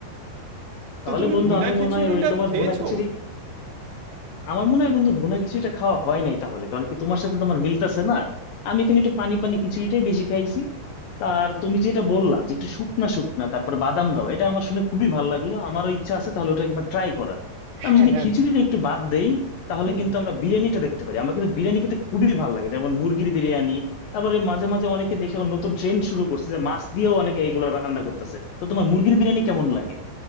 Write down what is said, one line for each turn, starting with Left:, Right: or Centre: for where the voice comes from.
Right: তো
Left: তাহলে
Right: তুমি
Left: বন্ধু
Right: ভুনা
Left: আমি
Right: খিচুড়িটা
Left: মনে হয় ওই তোমার
Right: খেয়েছো
Left: ভুনা খিচুড়ি আমার মনে হয় বন্ধু ভুনা খিচুড়িটা খাওয়া হয় নাই তাহলে কারণ কি তোমার সাথে তোমার মিলতেছে না আমি এখানে একটু পানি পানি খিচুড়িটাই বেশি খাইছি আর তুমি যেটা বললা যে একটু শুকনা শুকনা তারপর বাদাম দাও এটা আমার শুনে খুবই ভালো লাগলো আমারও ইচ্ছা আছে তাহলে ওটা একবার ট্রাই করার তো
Right: হ্যাঁ
Left: আমি যদি
Right: হ্যাঁ
Left: খিচুড়িটা একটু বাদ দেই তাহলে
Right: হুম
Left: কিন্তু আমরা বিরিয়ানিটা দেখতে পারি আমার কিন্তু বিরিয়ানি খেতে খুবই ভালো লাগে যেমন মুরগির বিরিয়ানি তারপরে মাঝে মাঝে অনেকে দেখে নতুন ট্রেন্ড শুরু করছে যে মাছ দিয়েও অনেকে এগুলো রান্না করতেছে তো তোমার মুরগির বিরিয়ানি কেমন লাগে